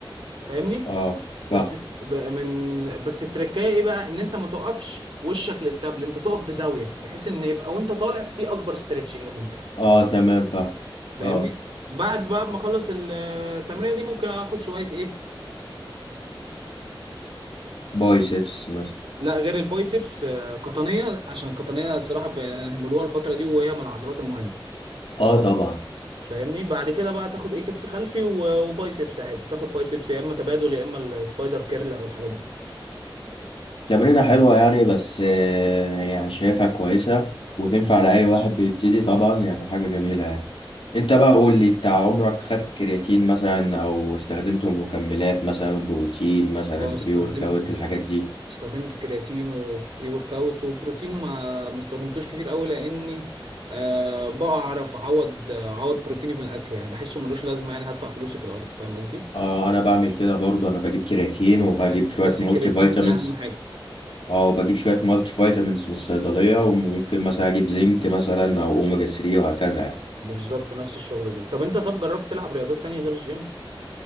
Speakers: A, on the right (about 75°); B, on the left (about 90°).
A: فاهمني
B: اه
A: بس
B: فاهم
A: الت- ب- من من- بس التركايه ايه بقى ان انت ما تقفش وشك للكابل انت تقف بزاويه بحيث ان يبقى وانت طالع في اكبر ستريتشنج ممكن
B: اه تمام فاهم
A: فاهمني
B: اه
A: بعد بقى ما اخلص التمرينه دي ممكن اخد شويه ايه
B: بايسبس مثلا
A: لا غير البايسبس آه، قطنيه عشان قطنيه الصراحه ب- يعني هيعملوها الفتره دي وهي من العضلات المهمه
B: اه طبعا
A: فاهمني بعد كده بقى تاخد ايه كتف خلفي و- وبايسبس عادي تاخد بايسبس يا اما تبادل يا اما السبايدر كيرل او الحاجات دي
B: تمرينة حلوة يعني بس آه يعني شايفها كويسة وتنفع لأي واحد بيبتدي طبعا يعني حاجة جميلة يعني انت بقى قول لي انت عمرك خدت كرياتين مثلا او استخدمت مكملات مثلا بروتين مثلا
A: اه استخدمت
B: بري ورك اوت الحاجات
A: آه،
B: دي
A: استخدمت كرياتين وبري ورك اوت وبروتين ما ما استخدمتوش كتير قوي لاني أه بعرف اعوض اعوض بروتيني في الاكل يعني بحسه ملوش لازمه يعني هدفع فلوسي في الارض فاهم قصدي
B: اه انا بعمل كده برضه انا بجيب كرياتين وبجيب
A: يعني بحس
B: شوية مالتي
A: الكرياتين
B: فيتامينز
A: ده اهم حاجه
B: اه بجيب شوية مالتي فيتامينز من الصيدلية وممكن مثلا أجيب زنك مثلا أو أوميجا 3 وهكذا يعني
A: بالظبط نفس الشغلة دي طب انت طب جربت تلعب رياضات تانية غير الجيم